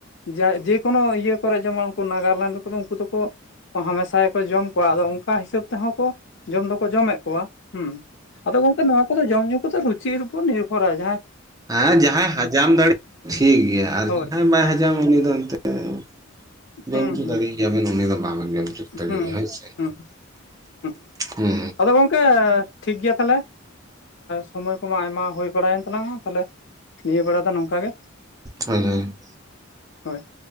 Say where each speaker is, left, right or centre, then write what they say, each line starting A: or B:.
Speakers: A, on the left; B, on the right.
A: ᱡᱟᱭ ᱡᱮᱠᱳᱱᱳ ᱤᱭᱟᱹ ᱠᱚᱨᱮ ᱡᱮᱢᱚᱱ ᱩᱱᱠᱩ ᱱᱟᱜᱟᱞᱮᱱᱰ ᱨᱮ ᱠᱚᱫᱚ ᱩᱱᱠᱩ ᱫᱚᱠᱚ ᱠᱟ ᱦᱟᱢᱮᱥᱟ ᱜᱮᱠᱚ ᱡᱚᱢ ᱠᱚᱣᱟ, ᱟᱫᱚ ᱚᱱᱠᱟ ᱦᱤᱥᱟᱹᱵᱽ ᱛᱮᱦᱚᱸ ᱠᱚ ᱡᱚᱢ ᱫᱚᱠᱚ ᱡᱚᱢᱮᱫ ᱠᱚᱣᱟ᱾ ᱦᱩᱸ, ᱟᱫᱚ ᱜᱚᱝᱠᱮ ᱱᱚᱣᱟ ᱠᱚᱫᱚ ᱡᱚᱢ-ᱧᱩ ᱠᱚᱫᱚ ᱨᱩᱪᱤᱨ ᱩᱯᱚᱨ ᱱᱤᱨᱵᱷᱚᱨᱟ ᱡᱟᱦᱟᱸᱭ
B: ᱦᱮᱸ, ᱡᱟᱦᱟᱸᱭ ᱦᱟᱡᱟᱢ ᱫᱟᱲᱮ ᱴᱷᱤᱠ ᱜᱮᱭᱟ ᱟᱨ
A: ᱦᱳᱭ
B: ᱡᱟᱦᱟᱸᱭ ᱵᱟᱭ ᱦᱟᱡᱟᱢᱟ ᱩᱱᱤ ᱫᱚ ᱮᱱᱛᱮᱫ ᱡᱚᱢ
A: ᱦᱩᱸ
B: ᱚᱪᱩ
A: ᱦᱩᱸ
B: ᱫᱟᱲᱮ ᱜᱮᱭᱟᱵᱮᱱ ᱩᱱᱤ ᱫᱚ ᱵᱟᱵᱮᱱ ᱡᱚᱢ ᱪᱚ ᱫᱟᱲᱮᱭᱟᱜ
A: ᱦᱩᱸ
B: ᱦᱳᱭ ᱥᱮ᱾
A: ᱦᱩᱸ ᱦᱩᱸ
B: ᱦᱩᱸ᱾
A: ᱟᱫᱚ ᱜᱚᱝᱠᱮ ᱴᱷᱤᱠ ᱜᱮᱭᱟ ᱛᱟᱦᱞᱮ ᱥᱚᱢᱚᱭ ᱠᱚᱢᱟ ᱟᱭᱢᱟ ᱦᱩᱭ ᱵᱟᱲᱟᱭᱮᱱ ᱛᱟᱞᱟᱝᱟ ᱛᱟᱦᱞᱮ ᱱᱤᱭᱟᱹ ᱵᱮᱲᱟ ᱫᱚ ᱱᱚᱝᱠᱟ ᱜᱮ।
B: ᱦᱳᱭ ᱦᱳᱭ᱾
A: <inaudible> ᱦᱳᱭ ᱾